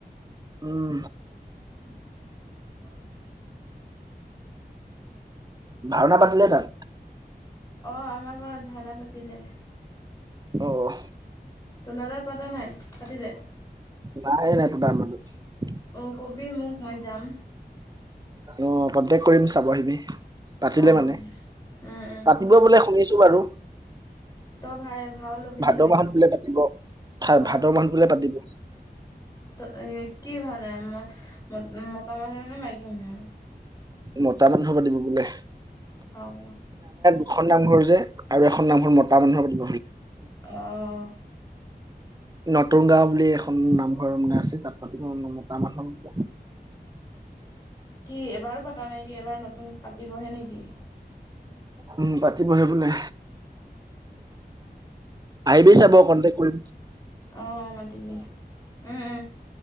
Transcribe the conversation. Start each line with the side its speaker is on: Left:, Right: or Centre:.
Right: উম
Left: <inaudible>
Right: ভাওনা পাতিলে তাত?
Left: অ' আমাৰ ঘৰত ভাওানা পাতিলে।
Right: অহ!
Left: তহঁতৰ তাত পাতা নাই পাতিলে?
Right: নাই নাই পতা আমাৰ ঘৰত
Left: অ' কবি মোক মই যাম
Right: অ' কণ্টেক্ট কৰিম চাব আহিবি পাতিলে
Left: অঁ
Right: মানে,
Left: উম উম
Right: পাতিব বোলে শুনিছো বাৰু।
Left: তই ভাই ভাও ল'বি নে
Right: ভাদ
Left: নাই?
Right: মাহত বোলে পাতিব ভা
Left: অঁ
Right: ভাদ মাহত বোলে পাতিব।
Left: ত কি ভাল, ম, মতা মানুহ নে মাইকী মানুৰ?
Right: মতা মানুহৰ <unintelligible> দিব বোলে।
Left: অঁ।
Right: এখন নামঘৰ যে আৰু এখন নামঘৰ মতা মানুহৰ। <unintelligible>
Left: অহ।
Right: নতুন গাওঁ বুলি এখন নামঘৰ মানে আছে তাত পাতি ম মতা মানুহ <unintelligible>
Left: কি এবাৰো পতা নাইকি, এবাৰ নতুন পাতিবহে নেকি?
Right: উম, পাতিবহে বোলে। আহিবি চাব কনটেকট কৰিম।
Left: অঁ, মাতিবি। উম, উম।